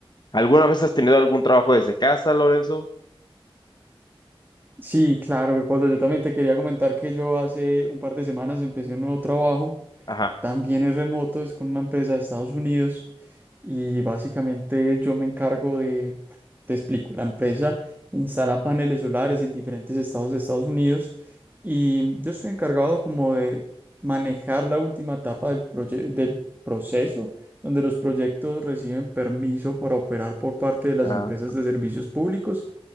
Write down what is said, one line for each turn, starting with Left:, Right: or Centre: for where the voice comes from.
Left: ¿Alguna vez has tenido algún trabajo desde casa, Lorenzo?
Right: Sí, claro, Leopoldo. Yo también te quería comentar que yo hace un par de semanas empecé un nuevo trabajo.
Left: Ajá.
Right: También es remoto, es con una empresa de Estados Unidos. Y básicamente yo me encargo de, bueno, te explico, la empresa instala paneles solares en diferentes estados de Estados Unidos. Y yo estoy encargado como de manejar la última etapa del proye- del proceso, donde los proyectos reciben permiso para operar por parte de las
Left: Ah,
Right: empresas de servicios públicos